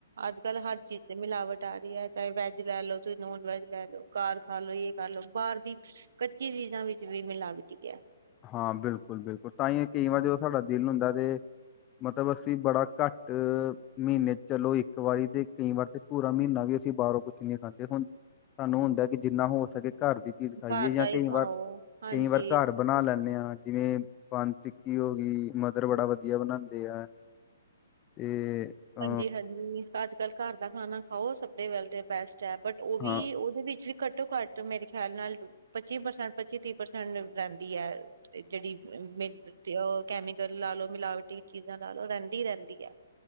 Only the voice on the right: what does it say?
ਅੱਜ ਕੱਲ ਹਰ ਚੀਜ਼ ਤੇ ਮਿਲਾਵਟ ਆ ਰੀ ਐ ਚਾਹੇ ਵੈੱਜ ਲੈਲੋ ਚਾਹੇ ਨੋਨ ਵੈੱਜ ਲੈਲੋ ਘਰ ਖਾ ਲੋ ਇਹ ਕਰਲੋ ਬਾਹਰ ਦੀ ਕੱਚੀ ਚੀਜ਼ਾਂ ਵਿੱਚ ਵੀ ਮਿਲਾਵਟੀ ਐ।
ਘਰ
ਦਾ ਹੀ
ਖਾਓ ਹਾਂਜੀ
ਹਾਂਜੀ ਹਾਂਜੀ ਅੱਜ ਕੱਲ ਘਰ ਦਾ ਖਾਨਾ ਖਾਓ ਸਭ ਦੇ ਵੇਲਥ ਤੇ ਬੈਸਟ ਹੈ ਬਟ ਉਹ ਵੀ
ਉਹਦੇ ਵਿੱਚ ਵੀ <unintelligible> ਘੱਟੋ ਘੱਟ ਮੇਰੇ ਖਿਆਲ ਨਾਲ ਪੱਚੀ ਪ੍ਰਸੈਂਟ ਪੱਚੀ ਤੀਹ ਪ੍ਰਸੈਂਟ ਰਹਿੰਦੀ ਹੈ। ਤੇ ਜਿਹੜੀ ਮ ਤੇ ਉਹ ਕੈਮੀਕਲ ਲਾ ਲੋੋ ਮਿਲਾਵਟੀ ਚੀਜ਼ਾਂ ਲਾ ਲੋ ਰਹਿੰਦੀ ਰਹਿੰਦੀ ਹੈ।